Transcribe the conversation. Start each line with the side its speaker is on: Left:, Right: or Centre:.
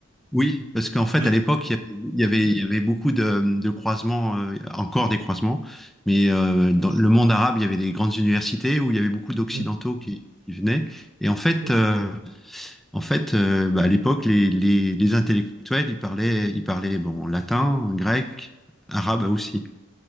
Centre: Oui, parce qu'en fait,
Right: <laughs>
Centre: à l'époque, il y avait, il y avait beaucoup de, de croisements, euh, encore des croisements, mais euh, dans le monde arabe, il y avait des grandes universités où il y avait beaucoup d'Occidentaux
Right: Mhm.
Centre: qui, qui venaient. Et en fait,
Right: OK.
Centre: euh, en fait euh, bah, à l'époque, les, les, les intellectuels, ils parlaient, ils parlaient bon, latin, grec, arabe aussi.